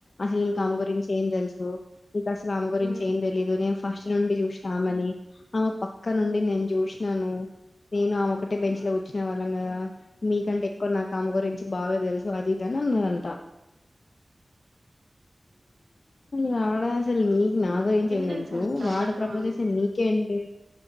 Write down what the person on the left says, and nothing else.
అసలు నీకు ఆమె గురించి ఏం తెలుసూ. నీకసల్ ఆమె గురించ్
చి ఏం తెలీదు నేన్ ఫస్ట్ నుండి చూస్ ఆమెని. ఆమె పక్క నుండి
నేను చూశిన్ ననూ. నేను ఆమె ఒక్కటే బెంచ్ లో కూర్చునే వాళ్ళం కదా. మీకంటే ఎక్కువ నాకు ఆమె గురించి బాగా తెలుసు అది ఇదని అన్నదంటా. డా అసల్ నీక్ నా గురించి ఏం
తెలుసూ
వాడు ప్రపోజెస
నీకేంటి.